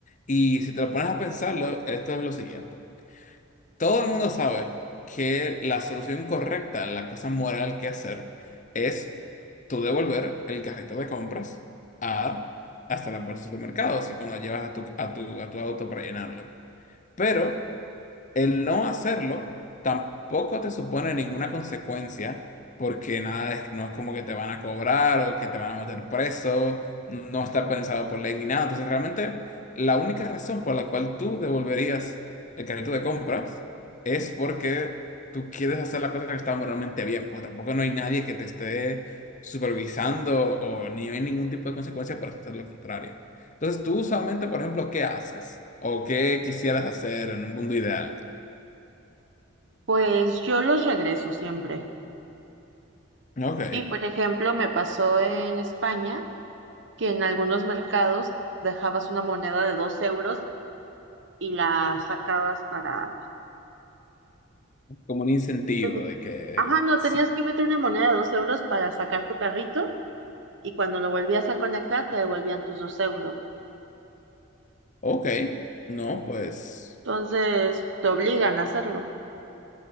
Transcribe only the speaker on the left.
Y si te lo pones a pensarlo, esto es lo siguiente. Todo el mundo sabe que la solución correcta, la cosa moral que hacer, es tú devolver el carrito de compras a, hasta la puerta del supermercado, así cuando llevas a tu, a tu, a tu auto para llenarlo. Pero el no hacerlo tampoco te supone ninguna consecuencia, porque nada es, no es como que te van a cobrar o que te van a meter preso, no está pensado por ley ni nada. Entonces, realmente, la única razón por la cual tú devolverías el carrito de compras es porque tú quieres hacer la cosa que está moralmente bien, pues tampoco no hay nadie que te esté supervisando o ni hay ningún tipo de consecuencia por hacer lo contrario. Entonces, tú usualmente, por ejemplo, ¿qué haces? ¿O qué quisieras hacer en un mundo ideal?
Ok,
como un incentivo
de que
sí.
Ok, no, pues.